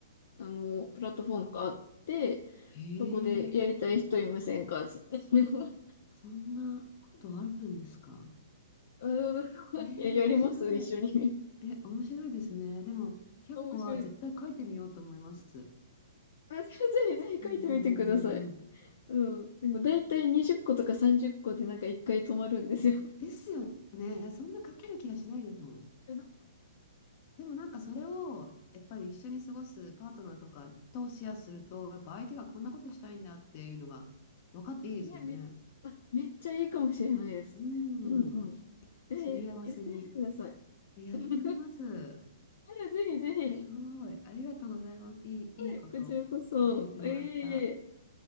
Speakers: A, on the left; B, on the left.
A: あの、プラットフォームがあって、
B: えー
A: そこでやりたい人いませんかつって。<laughs>
B: そんなことあるんですか
A: あの、<laughs>
B: えー、
A: いや、やります一緒に。
B: 面白い。
A: <laughs>
B: え、面白いですね。でも、100個は絶対書いてみようと思います。
A: 面白いです。あ、<laughs> ぜひぜひ書いてみてください。
B: うんうんうんうんうん。
A: うん。でも大体20個とか30個でなんか1回止まるんですよ。
B: いや、ですよね。いや、そんな書ける気がしないですもん。
A: <laughs>
B: でもなんかそれを、やっぱり一緒に過ごすパートナーとかとシェアすると、やっぱ相手がこんなことしたいんだっていうのが分かっていいですよね。
A: ね、め、あ、めっちゃいいかもしれないです。
B: う
A: うんうん。
B: ん。
A: えーやってみてください。
B: すり合わせに。えやってみます。
A: <laughs> いやぜひぜひ。
B: すごい。ありがとうございます。いい、
A: はい、
B: いいこと教えてもらった。
A: こちらこそ。ええ